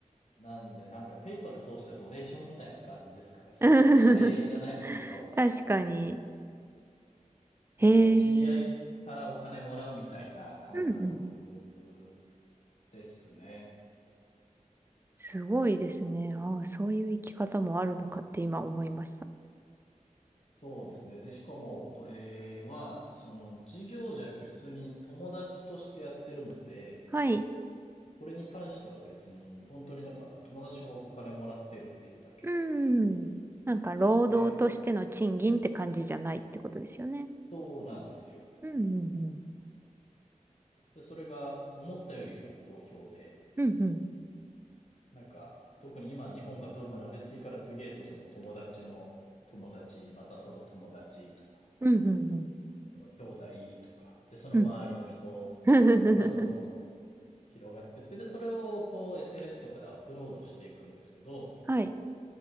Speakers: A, on the left (about 55°); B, on the right (about 15°).
A: なんで、なんかペイパル通したドネーションみたいな感じですかね。その、
B: <laughs>
A: 謝礼じゃないですけど、
B: 確かに。へ
A: なんで、知り合いからお金もらうみたいな感覚
B: え。うんうん。
A: ですね。
B: すごいですね。ああ、そういう生き方もあるのかって今思いました。
A: そうですね。で、しかも、これは、その、事業じゃなくて普通に友達としてやってるんで、
B: はい。
A: これに関しては別に、本当にだから友達がお金もらってるっていうだけで、
B: うん。なんか、労働としての賃金って感じじゃないってことですよね。
A: で、そうなんですよ。
B: うんうん
A: で、それが思ったよりも好評で、
B: うん。うんうん。
A: なんか、特に今日本がブームなんで、次から次へとその友達の友達、またその友達とか、
B: うんうん
A: その兄弟とか、で、その周りの人とかからどんどん
B: うん。うん。<laughs>
A: 広がってって、で、それをこう SNS とかでアップロードしていくんですけど、
B: はい。